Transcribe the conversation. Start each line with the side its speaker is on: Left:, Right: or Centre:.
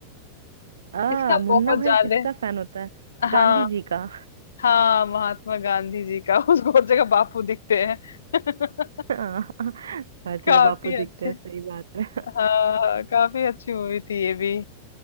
Right: आ
Left: किसका
Right: मुन्ना
Left: बहुत
Right: भाई
Left: ज्यादा
Right: किसका फैन होता है
Left: हाँ
Right: गांधी जी का
Left: हाँ महात्मा गांधी जी का <laughs> उसको हर जगह बापू दिखते हैं <laughs>
Right: हाँ, हर
Left: काफी
Right: जगह बापू दिखते
Left: अच्छे
Right: हैं सही बात है
Left: हाँ हाँ, काफी अच्छी मूवी थी ये भी